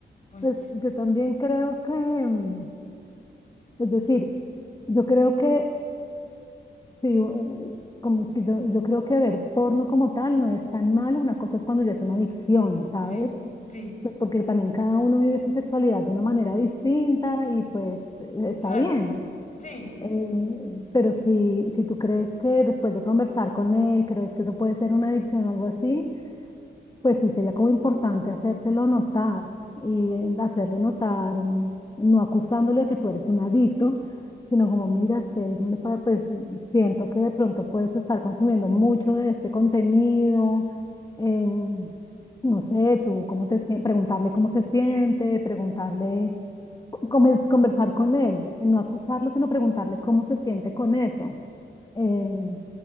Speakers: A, on the left; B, on the left.
A: pues
B: Pues yo también creo que, mm, es decir, yo creo que Sí, u- como que yo, yo creo que ver porno como tal no es tan malo. Una cosa es cuando ya es una adicción, ¿sabes?
A: sí, sí,
B: Pues Porque también cada uno vive su sexualidad de una manera distinta y pues eh, está
A: claro,
B: bien.
A: sí,
B: Eh, pero si, si tú crees que después de conversar con él, crees que eso puede ser una adicción o algo así, pues sí, sería como importante hacérselo notar y eh, hacerle notar, mm, no acusándole de que tú eres un adicto, sino como miras que me pa- pues siento que de pronto puedes estar consumiendo mucho de este contenido, em, no sé, tú cómo te sientes, preguntarle cómo se siente, preguntarle, co- come- conversar con él, eh, no acusarlo, sino preguntarle cómo se siente con eso em,